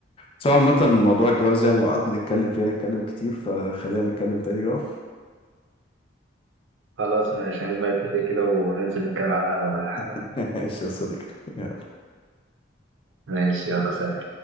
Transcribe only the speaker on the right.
خلاص ماشي هنبقى نتفق كده وننزل نتكلم على القهوة ولا حاجة
ماشي يلا سلام